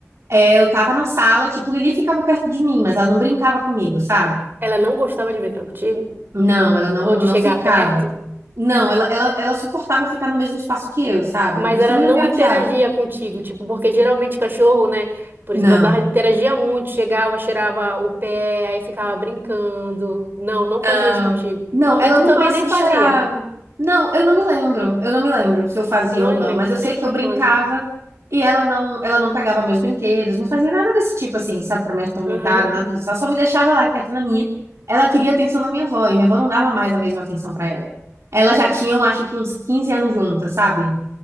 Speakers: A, on the right (about 60°); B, on the right (about 40°).
A: é, eu tava na sala, tipo, Lili ficava perto de mim, mas ela não brincava comigo, sabe?
B: Ela não gostava de brincar contigo?
A: Não, ela
B: Ou
A: não,
B: de
A: não
B: chegar
A: ficava.
B: perto?
A: Não, ela, ela, ela suportava ficar no mesmo espaço que eu, sabe?
B: Mas
A: Mas
B: ela
A: também
B: não
A: não me odiava.
B: interagia contigo, tipo, porque geralmente cachorro, né? Por
A: Não.
B: exemplo, a Darla interagia muito, chegava, cheirava o pé, aí ficava brincando. Não, não fazia
A: Ah,
B: isso contigo.
A: Não, ela
B: E tu
A: no
B: também
A: máximo
B: nem fazia.
A: cheirava. Não, eu não me lembro. Eu não me lembro se eu fazia
B: Eu não
A: ou
B: lembro,
A: não, mas
B: também
A: eu sei
B: com
A: que
B: quatro
A: eu brincava
B: anos, né?
A: e ela não, ela não pegava meus brinquedos, não fazia nada desse tipo assim, sabe, pra me atormentar,
B: Uhum,
A: nada disso. Ela só me deixava lá quieta na minha. Ela queria atenção da minha avó, e minha avó não dava mais a mesma atenção pra ela. Elas já tinham, acho que uns 15 anos juntas, sabe?